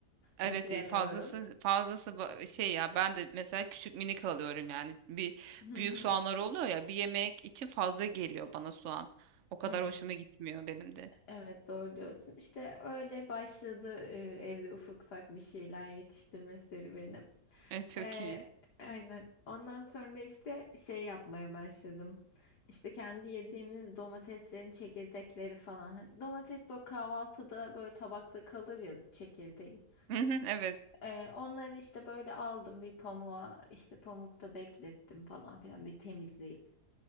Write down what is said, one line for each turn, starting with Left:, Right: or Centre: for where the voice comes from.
Right: Evet
Left: Bitiremiyorum.
Right: e, fazlası fazlası ba- e, şey ya ben de mesela küçük minik alıyorum yani bir
Left: Hı
Right: büyük
Left: hı.
Right: soğanlar oluyor ya bir yemek için fazla geliyor bana soğan. O kadar
Left: Evet.
Right: hoşuma gitmiyor benim de. <laughs>
Left: Evet doğru diyorsun. İşte öyle başladı e, evde ufak ufak bir şeyler yetiştirme serüvenim.
Right: Evet çok
Left: E,
Right: iyi.
Left: aynen. Ondan sonra işte şey yapmaya başladım. İşte kendi yediğimiz domateslerin çekirdekleri falan. Hani Domates böyle kahvaltıda böyle tabakta kalır ya çekirdeği.
Right: Hı hı, Evet.
Left: E, onları işte böyle aldım bir pamuğa işte pamukta beklettim falan filan bir temizleyip.